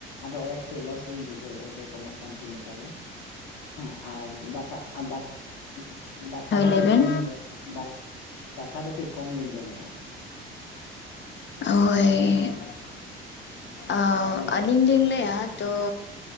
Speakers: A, on the left (about 65°); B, on the left (about 35°).
A: ᱟᱫᱚ ᱟᱴ ᱠᱟᱹᱡ ᱞᱚᱥ ᱜᱤᱧ ᱵᱩᱡᱷᱟᱹᱣᱮᱫᱼᱟ ᱡᱮ ᱠᱚᱢᱚᱜ ᱠᱟᱱ ᱛᱤᱧ ᱞᱮᱠᱟ ᱜᱮ ᱦᱮᱸ ᱟᱨ ᱫᱟᱠᱟ ᱟᱨ ᱫᱟᱠᱟ ᱫᱟᱠᱟ
B: ᱦᱳᱭ
A: ᱫᱚ
B: ᱞᱟᱹᱭ
A: ᱠᱟᱹᱡ
B: ᱵᱮᱱ
A: ᱠᱚᱢ ᱧᱚᱜ ᱫᱟᱠ ᱫᱟᱠᱟ ᱫᱚ ᱠᱟᱺᱡ ᱠᱚᱢ ᱞᱤᱧ ᱡᱚᱢᱮᱜᱼᱟ
B: ᱦᱳᱭ ᱟ
A: ᱟᱫᱚ ᱦᱮᱸ
B: ᱟᱹᱞᱤᱧ ᱞᱤᱧ ᱞᱟᱹᱭᱟ ᱛᱚ